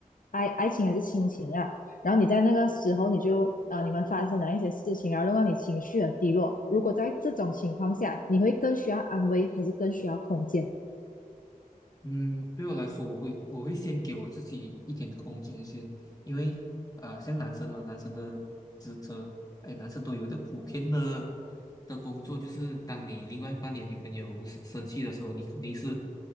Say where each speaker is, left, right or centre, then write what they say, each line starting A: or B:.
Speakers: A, on the left; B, on the left.
A: 爱爱情还是亲情啊，然后你在那个时候你就呃，你们发生了一些事情，然后弄到你情绪很低落。如果在这种情况下，你会更需要安慰，还是更需要空间？
B: 嗯，对我来说，我会我会先给我自己一点空间先，因为啊、呃像男生嘛，男生的职责，哎，男生都有一个普遍的的工作，就是当你另外一半你的女朋友生生气的时候，你肯定是